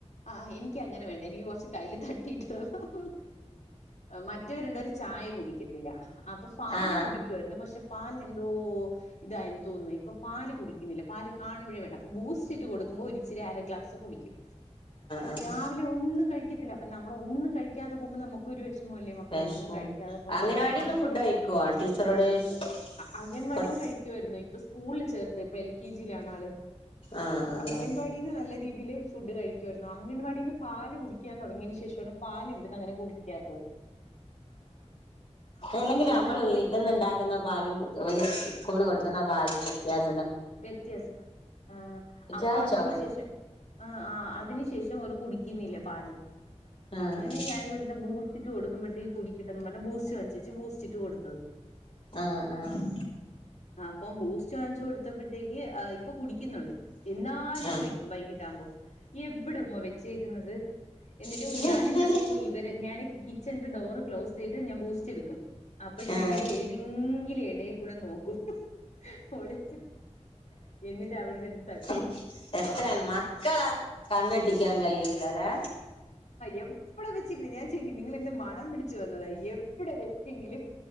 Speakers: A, on the left (about 70°); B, on the left (about 45°).
A: ആഹ് എനിക്ക് അങ്ങനെ വേണ്ട എനിക്ക് കൊറച്ച് കയ്ൽ തട്ടിട്ട് തന്ന മ മറ്റവരു രണ്ടേര് ചായ കുടിക്കും. ല അപ്പൊ പാല്
B: ആഹ്
A: കുടിക്കുവായിരുന്നു പക്ഷെ പാൽലെന്തോ.. ഇതായിൻ തോന്നുന്നു ഇപ്പൊ. പാല് കുടിക്കുന്നില്ല പാല് കാണുമ്പഴേ വേണ്ട അപ്പൊ ബൂസ്റ്റ് ഇട്ട് കൊടുക്കുമ്പോ ഒരിച്ചിരി അര ഗ്ലാസ് കുടിക്കും.
B: ആഹ്
A: രാവിലെ ഒന്നും കഴിക്കത്തില്ല അപ്പ നമ്മൾ ഒന്നും കഴിക്കാതെ പോകുമ്പോ നമുക്കൊരു വെശ് മല്ലേ മക്കളൊന്നും
B: വിഷമം
A: കഴിക്കാതെ പോകുന്ന
B: അംഗനവാടിന്ന്
A: ആ.. ആഹ്
B: ഫുഡ് കഴിക്കുവോ ടീച്ചറോട് ചോദിച്ച്
A: അഅംഗൻവാടിന്ന്
B: കൊടു
A: കഴിക്കുായിരുന്നു ഇ പ്പൊ സ്കൂളിൽ ചേർത്ത് ഇപ്പൊ എൽ കെ ജിയിലാണ് ആള്
B: ആഹ് ആഹ്
A: അങ്കൻവാടിന്ന് നല്ല. രീതിൽ ഫുഡ് കഴിക്കുവമായിരുന്നു അൻവാടിന്ന് പാല് കുടിക്കാൻ തൊടങ്ങിയതിന് ശേഷാണ് പാല് ഇവിടന്ന് അങ്ങനെ കുടിക്കാത്തത്. അപ്പൊ
B: അല്ലെങ്കിലും
A: സ്കൂളില്
B: നമ്മള്
A: പോയി
B: വീട്ടിന്ന്ണ്ടാക്കുന്ന പാലും ഇവല് സ് സ്കൂൾന്ന് കൊടുക്കുന്ന പാലും വ്യത്യാസ
A: വ്യത്യാസം ആ അപ്പൊ
B: ചായ
A: അതിനു
B: ചൊവേ
A: ശേഷം ആ ആ അതിനു ശേ ഷം അത്‌ കുടിക്കുന്നില്ല പാല്
B: ആഹ്
A: അങ്ങനെ ഞാനിവിട്ന്ന് ബൂസ് ട്ട് കൊടുക്കുമ്പോഴേത്തേക്കും കുടിക്കട്ടന്ന് പറഞ്ഞ് ബൂസ്റ്റ് വേടിച്ചിട്ട് ബൂസ്റ്റിട്ട് കൊടുത്തത്.
B: ആ.. ആഹ്.
A: ഇപ്പ ബൂസ്റ്റ് വാങ്ങിച്ച് കൊടുത്തപ്പോഴത്തേക്ക്ആഹ് ഇപ്പൊ കുടി ന്നുണ്ട് എന്നാലും
B: ആഹ്
A: ചോയ്ക്കും വൈകിട്ടാകുമ്പോ എവിട ഉമ്മ വെച്ചേക്കുന്നത്. എന്നിട്ട്
B: ആഹ്
A: ഹ് ഞാന് എന്താക്കു ഇവരെ ഞാന് കി കിച്ചൻ ഡോറ് ക്ലോസയ്ത് ഞാൻ ബൂസ്റ്റ് എടുക്കും അപ്പോയ്
B: ആഹ്
A: ഇവര് ഏതെങ് എടേൽ കൂടെ നോക്കും ഒളി എന്നിട്ട് അവിടെന്ന് എ
B: ഹ്മ് എത്ര മക്കളെ കണ്ണട്ടിക്കാൻ കഴിയ്ണില്ലലെ.
A: എവ്വ്ടെ വെച്ചെങ്കിലും ഞാൻ ചോയിക്കു നിങ്ങളെന്ത മണം പിടിച്ചു വന്നതാ എവിടെ വെച്ചെങ്കിലും.